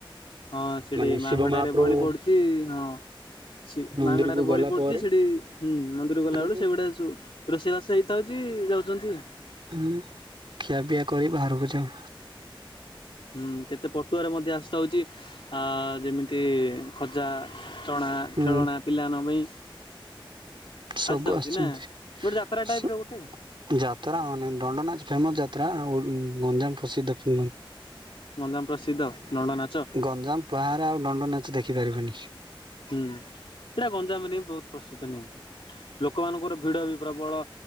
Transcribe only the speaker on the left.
ହଁ ସେଠି
ମାଙ୍କ
ଠାରେ ବଳି ପଡ଼ୁ ଚି ହଁ ସି
ମାଙ୍କ ଠାରେ ବଳି
ପଡ଼ୁଛି
ସେଠି ହୁଁ ମନ୍ଦିର ଗଲାବେଳେ
ସେଗୁଡ଼ା ସୁ ରୋଷେଇବାସ ହେଇଥାଉଛି ଯାଉଚନ୍ତି।
ହୁଁ କେତେ ପଟୁଆରେ ମଧ୍ୟ ଆସିଥା ହେଉଛି ଆ ଯେମିତି ଖଜା ଚଣା
ଖେଳଣା ପିଲା ମାନଙ୍କ ପାଇଁ।
ଆସିଥାଉଛି
ନା ଗୋଟେ ଯାତ୍ରା ଟାଇପ
ର ଗୋଟେ।
ଗଞ୍ଜାମ ପ୍ରସିଦ୍ଧ ନଣ୍ଡ ନାଚ।
ହୁଁ ଏଇଟା ଗଞ୍ଜାମରେ ବି ବହୁତ ପ୍ରସିଦ୍ଧ ନାଇଁ କି? ଲୋକମାନଙ୍କର ଭିଡ଼ ବି ପ୍ରବଳ